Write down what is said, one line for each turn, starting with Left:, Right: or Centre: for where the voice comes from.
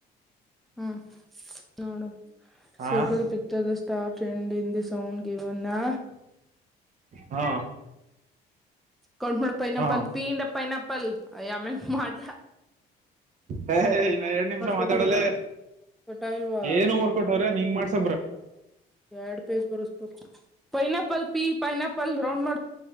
Centre: ಹ್ಮ್ ನೋಡು.
Right: ಹಾ
Centre: ಸರ್ಕಳಿ picture star trend in the sound ಗಿವನ್ನಾ
Right: ಹಾ.
Centre: ಕೌಂಟ್ ಮಾಡಪ್ಪ ಪೈನಾಪಲ್
Right: ಹಾ
Centre: ಪಿ ಇಂದ ಪೈನಾಪಲ್ ಅಯ್ಯ ಆಮೇಲ್ ಮಾಡ್ಲ.
Right: ಹೇಯ್ ಇನ್ನ ಎರಡ್ ನಿಮಿಷ ಮಾತಾಡಲ್ಲೇ
Centre: ಕೊಟ್ಟಾರಲ್ಲಿ ಕೊಟ್ಟ ಇಲ್ವಾ
Right: ಏನು ಮರ್ಕೊಟ್ಟವ್ರೆ ನಿಂಗ ಮಾಡ್ಸ
Centre: ಎರಡ್ ಪೇಜ್ ಬರಸ್ಕೊಟ್ ಪೈನಾಪಲ್ ಪಿ ಪೈನಾಪಲ್ ರೌಂಡ್ ಮಾ